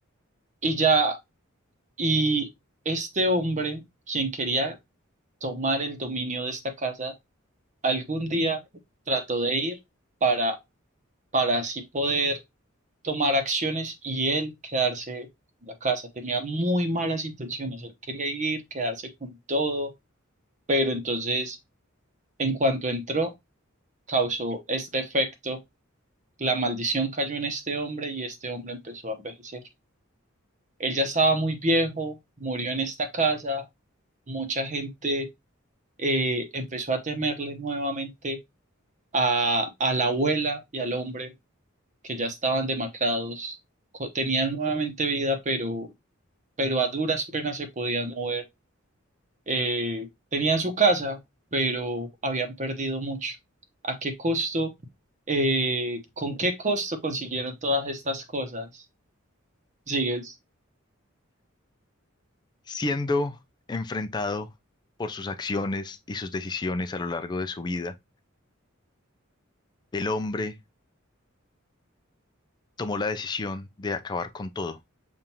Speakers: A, on the right; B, on the left.
A: y ya, y este hombre, quien quería tomar el dominio de esta casa, algún día trató de ir para, para así poder tomar acciones y él quedarse en la casa. Tenía muy malas intenciones, él quería ir, quedarse con todo, pero entonces en cuanto entró, causó este efecto. La maldición cayó en este hombre y este hombre empezó a envejecer. Él ya estaba muy viejo, murió en esta casa, mucha gente eh, empezó a temerle nuevamente a, a la abuela y al hombre que ya estaban demacrados, co- tenían nuevamente vida, pero pero a duras penas se podían mover. Eh, tenían su casa, pero habían perdido mucho. ¿A qué costo? eh, ¿con qué costo consiguieron todas estas cosas? Sigues.
B: Siendo enfrentado por sus acciones y sus decisiones a lo largo de su vida, el hombre tomó la decisión de acabar con todo.